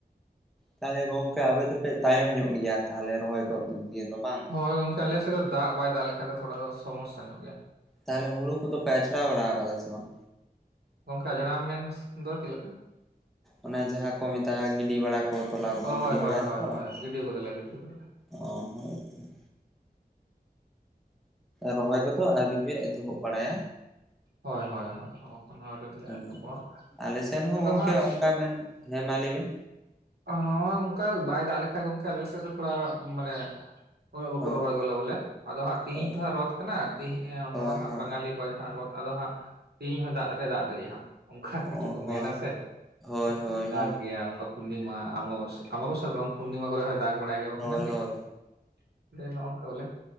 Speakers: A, in the centre; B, on the right (about 80°).
A: ᱛᱟᱦᱚᱞᱮ ᱜᱚᱝᱠᱮ ᱟᱵᱮ ᱫᱚᱯᱮ ᱛᱟᱭᱚᱢ ᱧᱚᱜ ᱜᱮᱭᱟ ᱛᱟᱦᱚᱞᱮ ᱨᱚᱦᱚᱭ ᱠᱚ ᱫᱤᱠ ᱫᱤᱭᱮ ᱫᱚ ᱵᱟᱝ?
B: ᱦᱳᱭ ᱜᱚᱝᱠᱮ ᱟᱞᱮᱥᱮᱜ ᱫᱚ ᱫᱟᱜ ᱵᱟᱭ ᱫᱟᱜ ᱞᱮᱠᱷᱟᱡ ᱫᱚ ᱛᱷᱚᱲᱟ ᱫᱚ ᱥᱚᱢᱚᱥᱥᱟ ᱧᱚᱜ ᱜᱮᱭᱟ᱾
A: ᱛᱟᱦᱚᱞᱮ ᱦᱩᱲᱩ ᱠᱚᱫᱚ ᱯᱮ ᱟᱪᱷᱲᱟ ᱵᱟᱲᱟᱣ ᱠᱟᱫᱟ ᱥᱮ ᱵᱟᱝ?
B: ᱜᱚᱝᱠᱮ ᱟᱡᱲᱟᱣ ᱢᱮᱱᱥ ᱫᱚ ᱪᱮᱫ ᱞᱮᱠᱟ?
A: ᱚᱱᱟ ᱡᱟᱦᱟᱸ ᱠᱚ ᱢᱮᱛᱟᱜᱼᱟ ᱜᱤᱰᱤ ᱵᱟᱲᱟ ᱠᱚ ᱛᱚᱞᱟ ᱠᱚᱵᱚᱱ
B: ᱚ ᱦᱳᱭ
A: ᱜᱤᱰᱤ
B: ᱦᱳᱭ
A: ᱵᱟᱲᱟᱭᱟ
B: ᱦᱳᱭ
A: ᱛᱚ᱾
B: ᱦᱳᱭ ᱜᱤᱰᱤᱣ ᱠᱟᱫᱟᱞᱮ ᱜᱤᱰᱤᱣ ᱠᱟᱫᱟᱞᱮ
A: ᱚᱸ ᱦᱳᱭ ᱦᱳᱭ᱾ ᱨᱚᱦᱚᱭ ᱠᱚᱫᱚ ᱟᱹᱣᱨᱤᱯᱮ ᱮᱛᱚᱦᱚᱵ ᱵᱟᱲᱟᱭᱟ?
B: ᱦᱳᱭ ᱦᱳᱭ ᱦᱳᱭ ᱮᱠᱷᱚᱱᱚ ᱟᱹᱣᱨᱤᱞᱮ
A: ᱚᱸᱻ
B: ᱮᱛᱚᱦᱚᱵᱟ
A: ᱟᱞᱮ ᱥᱮᱱ ᱦᱚᱸ
B: ᱟᱫᱚ
A: ᱜᱚᱝᱠᱮ
B: ᱦᱟᱸᱜ
A: ᱚᱱᱠᱟ ᱢᱮᱱ ᱦᱮᱸ ᱢᱟ ᱞᱟᱹᱭ ᱵᱤᱱ᱾
B: ᱦᱚᱸ ᱚᱱᱠᱟ ᱵᱟᱭ ᱫᱟᱜ ᱞᱮᱠᱷᱟᱡ ᱜᱚᱝᱠᱮ ᱟᱞᱮ ᱥᱮᱜ ᱫᱚ ᱛᱷᱚᱲᱟ ᱢᱟᱱᱮ, ᱦᱚ ᱵᱟᱠᱚ
A: ᱦᱳᱭ
B: ᱨᱚᱦᱚᱭ ᱜᱚᱫᱟ ᱵᱚᱞᱮ, ᱟᱫᱚ ᱦᱟᱸᱜ ᱛᱤᱦᱤᱧ
A: ᱦᱳᱭ
B: ᱛᱚ ᱦᱟᱸᱜ ᱨᱚᱛᱷ ᱠᱟᱱᱟ,
A: ᱦᱳᱭ
B: ᱱᱚᱣᱟ ᱦᱟᱸᱜ
A: ᱦᱳᱭ
B: ᱵᱟᱝᱜᱟᱞᱤ ᱠᱚᱣᱟᱜ ᱡᱟᱦᱟᱸ ᱨᱚᱛᱷ᱾ ᱟᱫᱚ ᱦᱟᱸᱜ ᱛᱤᱦᱤᱧ ᱦᱚᱸ ᱫᱟᱜ ᱨᱮ ᱫᱟᱜ ᱫᱟᱲᱮᱭᱟᱜᱼᱟ, ᱦᱟᱸᱜ ᱚᱱᱠᱟ ᱠᱤᱪᱷᱩ
A: ᱚ
B: ᱠᱚ
A: ᱦᱳᱭ
B: ᱢᱮᱱᱟ ᱥᱮ᱾
A: ᱦᱳᱭ
B: ᱚᱱᱠᱟ
A: ᱦᱳᱭ
B: ᱫᱟᱜᱽ
A: ᱦᱳᱭ
B: ᱜᱮᱭᱟ ᱚᱝᱠᱟ ᱯᱩᱨᱱᱤᱢᱟ ᱟᱢᱟᱵᱚᱥᱥᱟ ᱟᱢᱟ ᱵᱚᱥᱥᱟ ᱫᱚ ᱵᱟᱝ ᱯᱩᱨᱱᱤᱢᱟ ᱠᱚᱨᱮ ᱦᱚᱭ ᱫᱟᱜ ᱵᱟᱲᱟᱭ ᱜᱮᱭᱟ ᱵᱟᱠᱚ
A: ᱦᱳᱭ
B: ᱢᱮᱱ ᱜᱮᱭᱟ
A: ᱦᱳᱭ
B: ᱱᱚᱝᱠᱟ ᱵᱚᱞᱮ